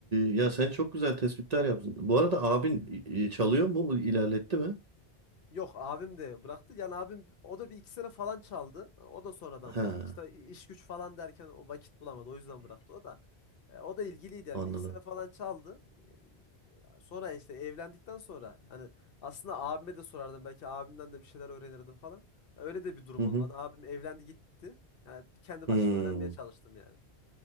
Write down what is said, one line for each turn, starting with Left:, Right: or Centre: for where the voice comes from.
Right: e, ya sen çok güzel tespitler yaptın. Bu arada abin e, çalıyor mu? İlerletti mi?
Left: Yok abim de bıraktı. Yani abim o da bir iki sene falan çaldı. O da sonradan
Right: Ha,
Left: bıraktı. İşte iş güç falan derken o vakit bulamadı. O yüzden bıraktı o da. E, o da ilgiliydi yani.
Right: anladım.
Left: Bir iki sene falan çaldı. E, Sonra işte evlendikten sonra hani aslında abime de sorardım. Belki abimden de bir şeyler öğrenirdim falan. Ya öyle de bir durum
Right: Hı hı.
Left: olmadı. Abim evlendi gitti. Yani kendi
Right: Hmm,
Left: başıma öğrenmeye çalıştım yani.